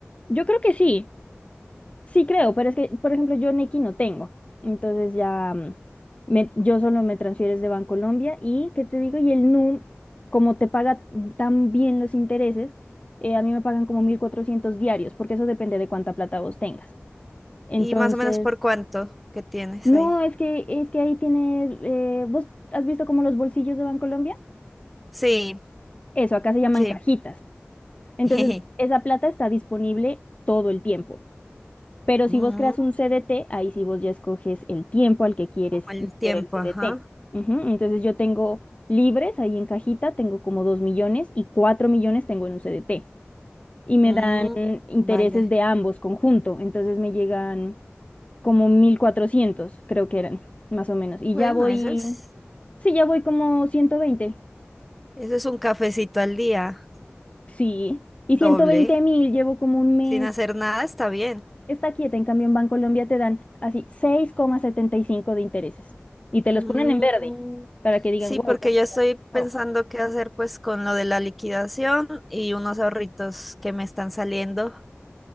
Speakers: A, on the left; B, in the centre.
A: Yo creo que sí, sí creo, pero es que, por ejemplo, yo Nequi no tengo. Entonces ya mm, me- yo solo me transfieres de Bancolombia y, ¿qué te digo? Y el num como te paga tan bien los intereses, eh, a mí me pagan como 1.400 diarios, porque eso depende de cuánta plata vos tengas. Entonces,
B: Y más o menos por cuánto que tienes
A: no,
B: ahí.
A: es que, es que ahí tienes, eh, ¿vos has visto como los bolsillos de Bancolombia?
B: Sí,
A: Eso, acá se llaman
B: sí.
A: cajitas. Entonces,
B: <laughs>
A: esa plata está disponible todo el tiempo. Pero si
B: Mm,
A: vos creas un CDT, ahí sí vos ya escoges el tiempo al que quieres
B: como el
A: meter
B: tiempo,
A: el CDT.
B: ajá.
A: Ujú, Entonces, yo tengo libres ahí en cajita, tengo como 2 millones y 4 millones tengo en un CDT. Y me
B: Mm,
A: dan intereses
B: vale.
A: de ambos conjunto. Entonces, me llegan como 1.400 creo que eran, más o menos. Y
B: Bueno,
A: ya voy,
B: eso es,
A: sí, ya voy como ciento veinte
B: eso es un cafecito al día,
A: Sí. Y
B: doble.
A: ciento veinte mil, llevo como un mes
B: Sin hacer nada está bien.
A: está quieta. En cambio, en Bancolombia te dan así seis coma setenta y cinco de intereses y te
B: Mm,
A: los ponen en verde para que digan,
B: sí,
A: wow,
B: porque
A: cuánto
B: yo estoy
A: plata. compró".
B: pensando qué hacer pues con lo de la liquidación y unos ahorritos que me están saliendo.